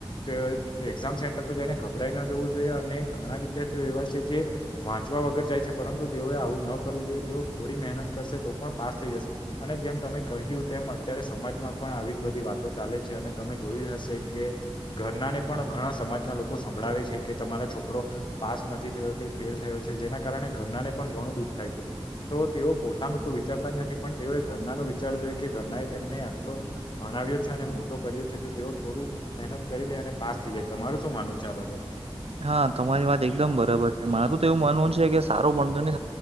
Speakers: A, on the left (about 50°); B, on the right (about 75°).
A: તો એ એક્ઝામ સેન્ટર પર જઈને ગભરાઈ ન જવું જોઈએ અને ઘણા વિદ્યાર્થીઓ એવા છે જે. વાંચવા વગર જાય છે પરંતુ. તેઓએ આવું ન કરવું જોઈએ તેઓ થોડી મહેનત કરશે તો પણ પાસ થઈ જશે અને જેમ તમે કહ્યું તેમ અત્યારે. ત્યારે સમાજમાં પણ આવી જ બધી વાતો ચાલે છે અને. તમે જોયું હશે કે ઘરના ને પણ ઘણા સમાજના લોકો સંભળાવે છે કે તમારા છોકરો. પાસ નથી થયો તે ફેલ થયો છે જેના કારણે ઘરના ને પણ ઘણું દુઃખ થાય છે તો તેઓ પોતાનું તો. વિચારતા નથી પણ તેઓએ ઘરના નનો વિચાર જોય કે ઘરના એ તેમને આટલો ભણાવ્યો છે અને મોટો કર્યો. જુતો તેઓ થોડું મહેનત કરી લે અને પાસ થઈ જાય તમારે શું માનવું છે આ બાબતે.
B: હા તમારી વાત એકદમ બરાબર છે મારું તો એવું માનવું છે કે સારું ભણતર ને